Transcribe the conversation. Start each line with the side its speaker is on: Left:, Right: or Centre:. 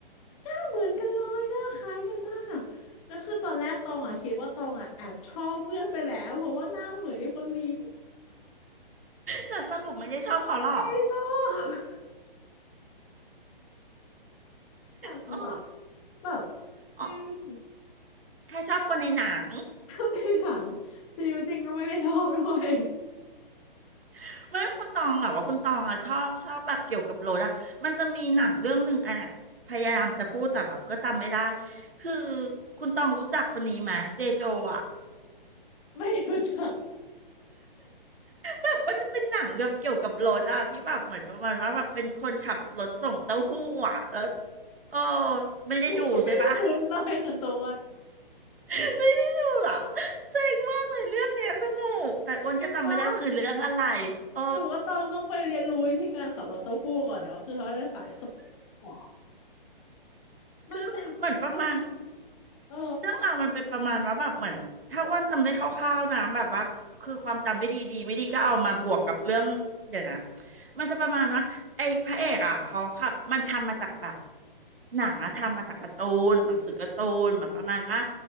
Left: หน้าเหมือนกันเลยหน้าคล้ายกันมากแล้วคือตอนแรกตองอ่ะคิดว่าตองอ่ะแอบชอบเพื่อนไปแล้วเพราะว่าหน้าเหมือนไอ้คนนี้
Right: แล้วสรุปไม่ได้ชอบเขาหรอ
Left: ไม่ชอบ <laughs> น่าสงสารอะแบบ
Right: อ๋ออ๋อ
Left: จริง
Right: แค่ชอบคนในหนัง
Left: ก็ในหนังจริงจริงก็ไม่ได้ชอบด้วย
Right: <laughs> ไม่คุณตองแบบว่าคุณตองอะชอบชอบแบบเกี่ยวกับรถอะมันจะมีหนังเรื่องหนึ่งอะพยายามจะพูดแต่แบบก็จำไม่ได้คือคุณตองรู้จักคนนี้ไหมเจโจอะ
Left: ไม่รู้จัก
Right: แบบว่าจะเป็นหนังแบบเกี่ยวกับรถอะที่แบบเหมือนประมาณว่าแบบเป็นคนขับรถส่งเต้าหู้อะแล้วเออไม่ได้ดูใช่ปะ
Left: ไม่ไม่คุ้นเลยคุณโตน
Right: <laughs> ไม่ได้ดูเหรอเซ็งมากเลยเรื่องเนี้ยสนุกแต่อ้วนก็จำไม่ได้ว่าคือเรื่องอะไร
Left: นึกว่า
Right: โอ้
Left: หนูว่าตองต้องไปเรียนรู้ที่การขับรถเต้าหู้ก่อนนะคือเขาได้ขายสดหัวมันเป็นมัน
Right: คือเหมือนประมาณ
Left: เออ
Right: เรื่องราวมันเป็นประมาณว่าแบบเหมือนถ้าอ้วนจำได้คร่าวๆนะแบบว่าคือความจำไม่ดีดีไม่ดีก็เอามาบวกกับเรื่องเดี๋ยวนะมันจะประมาณว่าไอ้พระเอกอ่ะเขาขับมันทำมาจากแบบหนังอะทำมาจากการ์ตูนหนังสือการ์ตูนเหมือนประมาณว่า